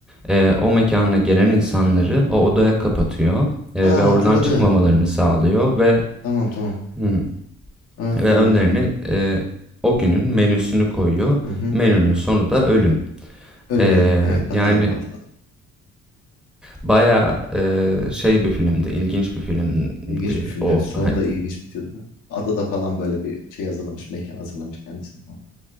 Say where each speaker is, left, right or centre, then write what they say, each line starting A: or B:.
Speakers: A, in the centre; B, on the left.
A: e, o mekana gelen insanları o odaya kapatıyor e,
B: Aa
A: ve oradan
B: hatırladım.
A: çıkmamalarını sağlıyor ve
B: Tamam tamam.
A: hı,
B: Ha, hatırladım
A: ve önlerine
B: şimdi.
A: e, o günün menüsünü koyuyor.
B: Hı hı.
A: Menünün sonu da ölüm.
B: Ölüm
A: Ee,
B: Ölüm. Evet hatırladım
A: yani
B: hatırladım.
A: baya
B: Hı.
A: şey bir filmdi, ilginç bir filmdi
B: İlginç bir filmdi.
A: o.
B: evet. Sonu
A: Hani
B: da ilginç bitiyordu. da. Adada falan böyle bir şey hazırlamış. Mekan hazırlamış kendisine falan.